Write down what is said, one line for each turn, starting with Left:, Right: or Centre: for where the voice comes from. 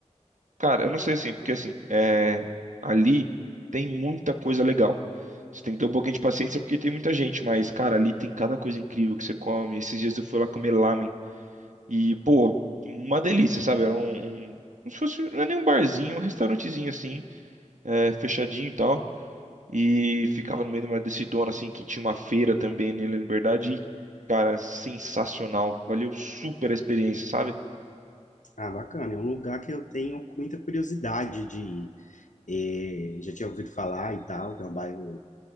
Right: Cara, eu não sei assim, porque assim, é... ali tem muita coisa legal. Você tem que ter um pouquinho de paciência porque tem muita gente, mas, cara, ali tem cada coisa incrível que você come. Esses dias eu fui lá comer lamen e, pô, uma delícia, sabe? Era um, um... Como se fosse, não é nem um barzinho, um restaurantezinho assim, é, fechadinho e tal. E ficava no meio de uma decidona, assim, que tinha uma feira também ali na Liberdade. E, cara, sensacional. Valeu super a experiência, sabe?
Left: Ah, bacana, é um lugar que eu tenho muita curiosidade de ir. Eh, já tinha ouvido falar e tal, que é um bairro